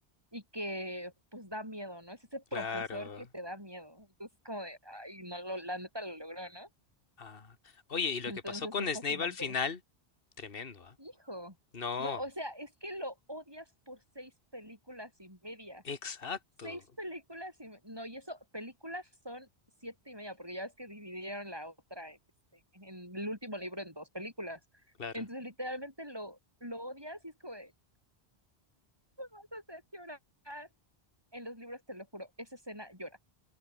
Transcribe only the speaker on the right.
y que pues da miedo, ¿no? Es ese profesor
que te da miedo. Entonces, como de, ay, no, lo, la neta lo logró, ¿no?
Entonces
es
fascinante.
Hijo.
No, o sea, es que lo odias por seis películas y media.
Seis películas y me- no, y eso, películas son siete y media, porque ya ves que dividieron la otra en, este, en el último libro en dos películas.
Entonces, literalmente lo, lo odias y es como de, vas a hacer llorar. En los libros, te lo juro, esa escena lloras.